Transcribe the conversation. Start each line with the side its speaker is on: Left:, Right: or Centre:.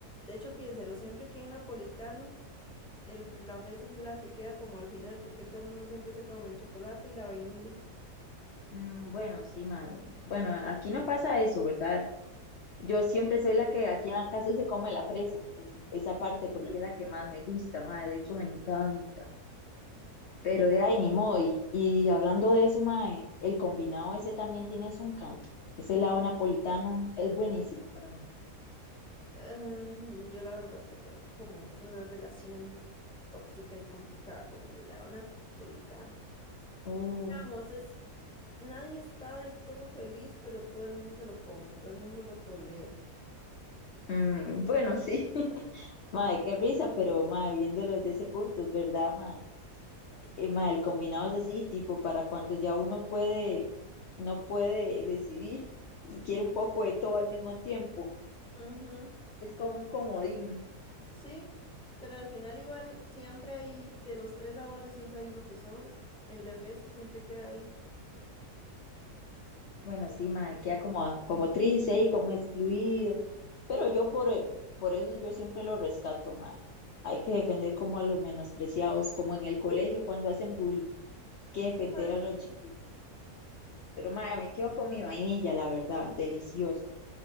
Centre: de hecho, piénselo, siempre que hay napolitano, el, fr- la fresa es la que queda como al final, porque todo el mundo siempre se come el chocolate y la vainilla.
Left: Mm, bueno, sí, madre. Bueno, aquí no pasa eso, ¿verdad? Yo siempre soy la que aquí en la casa se come la fresa, es- esa parte, porque
Centre: <laughs>
Left: es la que más me gusta, mae, de hecho me encanta. Pero de ahí ni modo. Y, y hablando de eso, mae, el combinado ese también tiene su encanto. Ese helado napolitano es buenísimo para mí.
Centre: Ay, yo la verdad es que tengo como una relación tóxica y complicada con el helado napolitano.
Left: Uh,
Centre: Digamos, Nadie está del todo feliz, pero todo el mundo se lo come, todo el mundo lo tolera.
Left: mm, bueno, sí. <laughs> Mae, qué risa, pero mae, viéndolo desde ese punto, es verdad, mae. Eh, mae, el combinado es así, tipo, para cuando ya uno puede, no puede decidir y quiere un poco de todo al mismo tiempo.
Centre: Ujú,
Left: Es como un comodín.
Centre: sí, pero al final igual siempre hay, de los tres sabores siempre hay uno que sobra. El de fresa siempre queda ahí.
Left: Bueno, sí, mae, queda como, como triste ahí, como excluido. Pero yo por, e- por eso yo siempre lo rescato, mae. Hay que defender como a los menospreciados, como en el colegio cuando hacen bullying. Hay que defender
Centre: Ay,
Left: a los chiquitos. Pero mae, me quedo con mi vainilla, la verdad, delicioso.